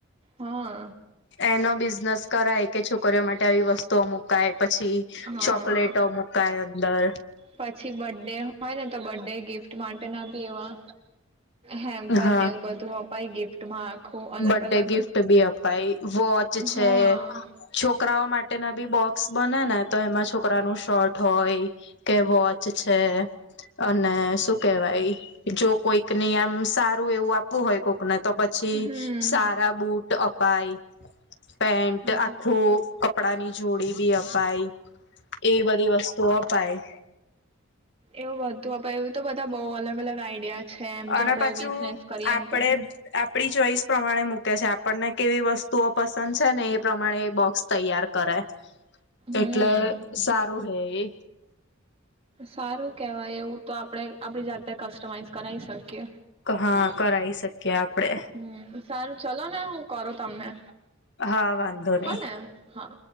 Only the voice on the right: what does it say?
હા.
હા
પછી બર્થડે હોય ને તો બર્થડે ગિફ્ટ માટે ના બી એવા હેમ્પર
ને એવું બધું અપાય ગિફ્ટમાં આખું અલગ
અલગ
હા
હમ
હા
એવુ બધું આપ એવું તો બધા અલગ અલગ આઈડિયા છે એમ જો
આપડે
બિઝનેસ કરીએ
ને તો
હમ
સારું કેવાય એવું તો આપણે આપડી જાતે કસ્ટમાઈઝ કરાઈ શકીએ
હમ્મ સારું ચલો ને હું કરું તમને
હને હા